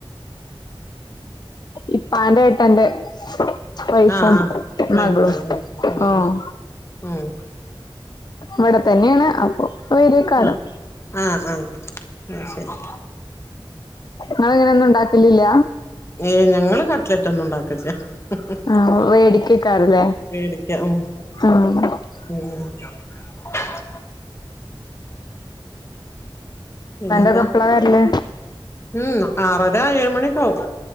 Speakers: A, on the left; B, on the left.
A: ഇപ്പാന്റെ ഏട്ടന്റെ. വൈഫും
B: ആഹ് ആഹ് വൈഫാണ്
A: മകളും
B: ഉം
A: ആഹ്
B: ഉം ഉം
A: വടെ തന്നേണ്. അപ്പൊ പ്പൊ വരോക്കാരം
B: ഉം ആഹ് ആഹ് അത് ശരി
A: ങ്ങള് ങ്ങനൊന്നും ണ്ടാക്കില്ലില്യാ
B: ഏയ് ഞങ്ങള് കട്ട്ലറ്റൊന്നും ണ്ടാക്കലില്ല ഹും ഹും
A: ആഹ് വേടിക്കേക്കാരല്ലേ
B: മേടിക്ക ഉം
A: ആഹ്
B: ഉം പിന്നെന്
A: ളെപ്പള്ളാ വര്ല്
B: ഉം ആറര ഏയ് മണിയൊക്കാവും